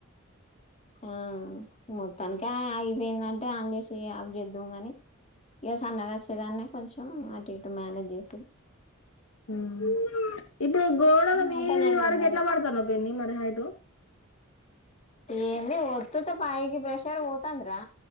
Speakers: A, on the left; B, on the left.
A: ఆ మొత్తానికే ఆగిపోయిందంటే ఆన్ చేసి ఆప్ చేద్దాం కాని ఇగ సన్నగా వచ్చేదాన్ని కొంచెం అటు ఇటు మేనేజ్ చేసుడు
B: <unintelligible> ఇప్పుడు గోడల మీది
A: మటన్ అండి
B: వరకి
A: మా
B: ఎట్లా పడుతాన్న పిన్ని మరి <unintelligible>
A: ఏమి ఓత్తుత పయికి ప్రెషర్ పోతాంద్రా